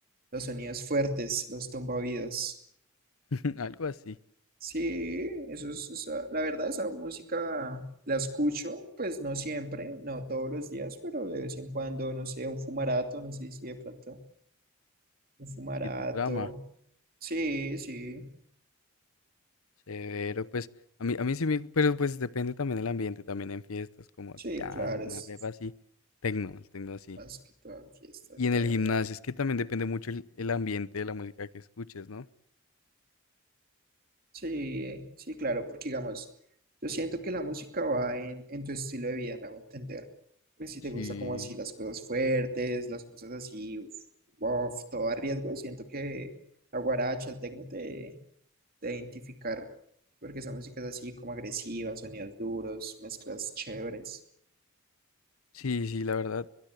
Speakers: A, on the right; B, on the left.
A: los sonidos fuertes, los tumbaoídos.
B: <laughs> Algo así,
A: Sí, eso es, esa- la verdad, esa música la escucho, pues no siempre, no todos los días, pero de vez en cuando, no sé, un fumarato, no sé si de pronto, un fumarato.
B: sí te trama.
A: Sí, sí,
B: Severo, pues a mí, a mí sí me, pero pues depende también del ambiente, también en fiestas, como
A: sí,
B: ya,
A: claro,
B: en
A: es
B: una pepa así, tecno, el tecno así.
A: más que todo en fiestas,
B: Y en
A: la
B: el
A: verdad.
B: gimnasio, es que también depende mucho el, el ambiente de la música que escuches, ¿no?
A: Sí, sí, claro, porque digamos, yo siento que la música va en, en tu estilo de vida, me hago entender. Pues si
B: Sí,
A: te gusta como así las cosas fuertes, las cosas así, uf, bof, todo a riesgo, siento que la guaracha, el tecno te, te identificar, porque son músicas así como agresivas, sonidos duros, mezclas chéveres.
B: sí, sí, la verdad.